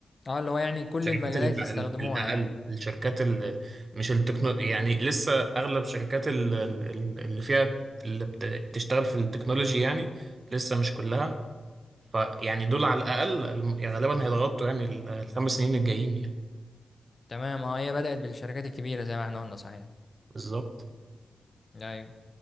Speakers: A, on the left (about 45°); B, on the right (about 50°).
A: اه اللي هو يعني كل
B: الشركات
A: المجالات
B: اللي تع-
A: يستخدموها
B: الأقل
A: يعني
B: الشركات اللي مش التكنو يعني لسه أغلب الشركات ال- ال- ال- اللي فيها اللي بت- بتشتغل في التكنولوجي يعني لسه مش كلها فيعني دول على الأقل الم- غالبا هيضغطوا يعني ال- الخمس سنين الجايين يعني
A: تمام اه هي بدأت بالشركات الكبيرة زي ما احنا قلنا صحيح
B: بالظبط
A: أيوة